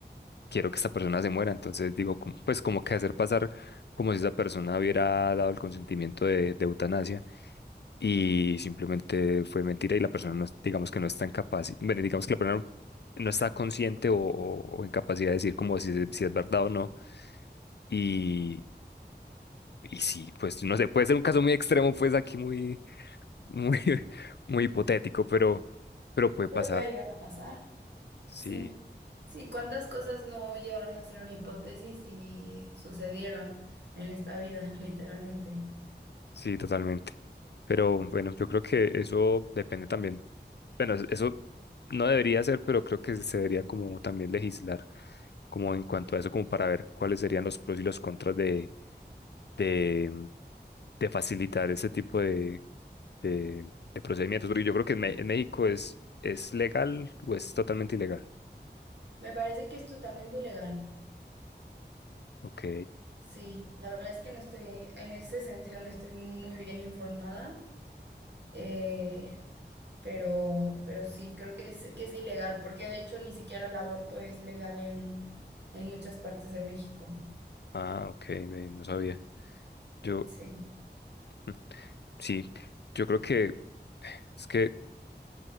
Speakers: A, on the left; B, on the right.
A: quiero que esta persona se muera, entonces digo, como- pues como que hacer pasar como si esa persona hubiera dado el consentimiento de, de eutanasia y simplemente fue mentira y la persona no, es- digamos que no está incapaz, bueno, digamos que la persona no está consciente o, o- o en capacidad de decir como si, es- si es verdad o no. Y, y sí, pues no sé, puede ser un caso muy extremo, pues aquí muy, muy, <laughs> muy hipotético, pero, pero puede
B: Pero
A: pasar.
B: puede llegar a pasar.
A: Sí.
B: Sí. Sí, ¿cuántas cosas no llegaron a ser una hipótesis y sucedieron en esta vida, <laughs> literalmente?
A: Sí, totalmente. Pero bueno, yo creo que eso depende también. Bueno, es- eso no debería ser, pero creo que se debería como también legislar, como en cuanto a eso, como para ver cuáles serían los pros y los contras de, de, mm, de facilitar ese tipo de, de, de procedimientos. Porque yo creo que en, Me- en México es, es legal o es totalmente ilegal.
B: Me parece que es totalmente ilegal.
A: Ok.
B: Sí, la verdad es que no estoy, en ese sentido no estoy muy bien informada, eh, pero, pero sí, creo que es, que es ilegal, porque de hecho ni siquiera el aborto es legal en, en muchas partes de México.
A: Ah, ok, ve, no sabía. Yo,
B: Sí,
A: mm, sí, yo creo que es que